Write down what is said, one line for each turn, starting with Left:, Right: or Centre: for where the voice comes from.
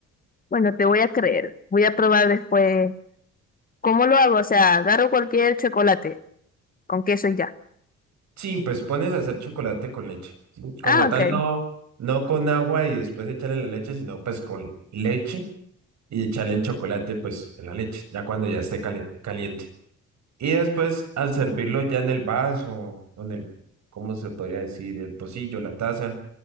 Left: Bueno, te voy a creer. Voy a probar después. ¿Cómo lo hago? O sea, agarro cualquier chocolate con queso y ya.
Right: Sí, pues pones a hacer chocolate con leche. ¿sí? Como
Left: Ah,
Right: tal,
Left: ok.
Right: no, no con agua y después echarle la leche, sino pues con leche y echarle el chocolate pues en la leche, ya cuando ya esté cale- caliente. Y después al servirlo ya en el vaso o en el, ¿cómo se podría decir? El pocillo, la taza.